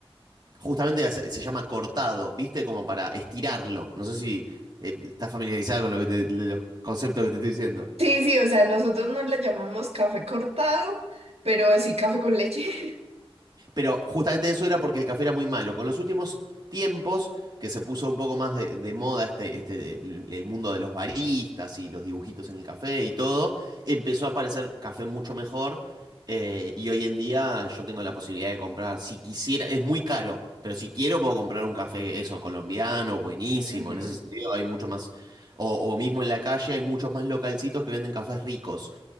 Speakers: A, on the right; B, on the right.
A: Justamente se, se llama cortado, ¿viste? Como para estirarlo. No sé si eh, estás familiarizada con lo que te- los conceptos que te estoy diciendo.
B: Sí, sí, o sea, nosotros no le llamamos café cortado, pero sí café con leche.
A: Pero justamente eso era porque el café era muy malo. Con los últimos tiempos, que se puso un poco más de, de moda este, este, el, el mundo de los baristas y los dibujitos en el café y todo, empezó a aparecer café mucho mejor. eh, y hoy en día yo tengo la posibilidad de comprar, si quisiera, es muy caro, pero si quiero puedo comprar un café, eso, colombiano, buenísimo.
B: <laughs> Ujú.
A: En ese sentido hay mucho más, o, o mismo en la calle hay muchos más localcitos que venden cafés ricos